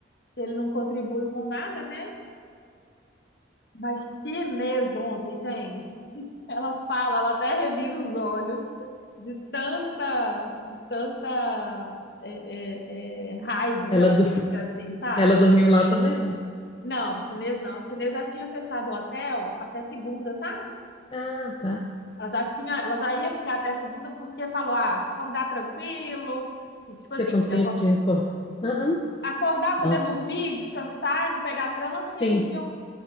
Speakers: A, on the left; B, on the left.
A: se ele não contribui com nada, né? Mas que Inês ontem, gente. Ela fala, ela até revira os olhos de tanta, de tanta é, é, é, raiva
B: Ela,
A: que ela
B: do- <laughs>
A: fica, assim, sabe?
B: ela dormiu lá também, não?
A: Não, chinês não. Chinês já tinha fechado o hotel até segunda, sabe?
B: Ah, tá.
A: Ela já tinha, ela já ia ficar até segunda porque falou, ah, acordar tranquilo, e, tipo assim,
B: Você com tempo
A: de acor-
B: de recordar. Aham,
A: acordar, poder
B: ó,
A: dormir, descansar, e não pegar trânsito,
B: Sim,
A: e eles iam